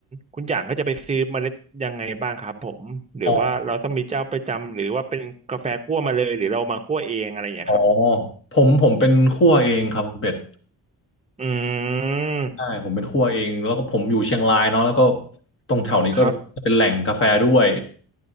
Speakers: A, on the right; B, on the left.
A: คุณอย่างก็จะไปซื้อเมล็ดยังไงบ้างครับผมหรือว่าเราต้องมีเจ้าประจำหรือว่าเป็นกาแฟคั่วมาเลยหรือเรามาคั่วเองอะไรอย่างเงี้ยครับ
B: อ๋ออ๋อผมผมเป็นคั่วเองครับคุณเป็ด
A: อืม
B: ใช่ผมเป็นคั่วเองแล้วก็ผมอยู่เชียงรายเนาะแล้วก็ตรงแถวนี้ก็เป็นแหล่งกาแฟด้วย
A: ครับ